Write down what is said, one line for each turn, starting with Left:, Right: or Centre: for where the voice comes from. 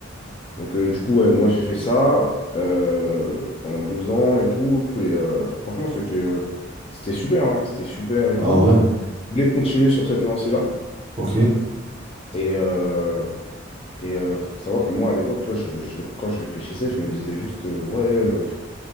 Left: Donc, euh, du coup, ouais, moi, j'ai fait ça euh, pendant deux ans et tout. Et euh, franchement, c'était euh, c'était super, hein, c'était super et
Right: Ah
Left: tout.
Right: ouais,
Left: Je voulais continuer sur cette lancée-là.
Right: ok.
Left: Et, euh, et euh, faut savoir que moi, à l'époque, tu vois, je- je- quand je réfléchissais, je me disais juste, euh, ouais, euh,